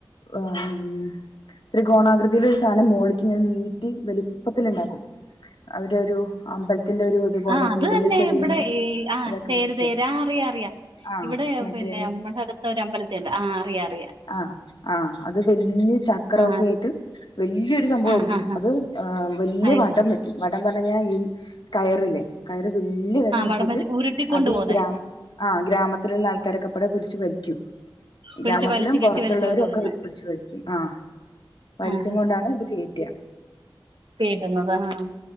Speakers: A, on the left; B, on the right.
A: ആഹ് ഉം. ത്രികോണാകൃതിയിൽ ഒരു സാധനം മോളിക്ക് ഇങ്ങനെ നീട്ടി വലുപ്പത്തില്ണ്ടാക്കും അവിടെ ഒരു അമ്പലത്തിന്റെ ഒരു ഇതുപോലെയൊക്കെ
B: ആഹ് അത്
A: ഉള്ളില്
B: തന്നെ
A: ചെറിയൊരു
B: ഇവിടെ ഈ ആഹ്
A: ഇതൊക്കെ
B: തേര്
A: വെച്ചിട്ട്
B: തേര് അറിയാ അറിയാ
A: ആഹ്
B: ഇവിടെ
A: മറ്റേ
B: പിന്നെ നമ്മുടെ അടുത്ത ഒരു അമ്പലത്തിലുണ്ട് ആഹ് അറിയ അറിയാ
A: ആഹ് ആഹ് അത് വല്ല്യ ചക്രഒക്കെ
B: ആ
A: ആയിട്ട് വല്ല്യയൊരു സംഭവമായിരിക്കും
B: ആഹ് ആഹ്
A: അത് വല്ല്യ
B: ആഹ്
A: വടം വെ ക്കും വടം പറഞ്ഞാ ഈ കയറില്ലേ കയറ് വല്ല്യ തര
B: ആ
A: നീട്ടിട്ട്
B: വടം വെച്ച് ഉരുട്ടിക്കൊണ്ട്
A: അത് ഈ
B: പോന്നെ
A: ഗ്രാമ് ആഹ് ഗ്രാമത്തിലുള്ള ആൾക്കാരെ ഒകെപാടെ പിടിച്ചു വലിക്കും ഗ്രാമത്തി
B: പിടിച്ച് വലിച്ച്
A: ത്തിലും പൊറത്തുള്ളവരും
B: കെട്ടി വലിച്ചോണ്ട്
A: ഒക്കെ
B: വരുന്നെ
A: ഇത് പ്പിടിച്ച് വലിക്കും ആ വലിച്ചു
B: ആഹ്
A: കൊണ്ടാണ് ഇത് കയറ്റാ
B: പേടുന്നത് ആഹ്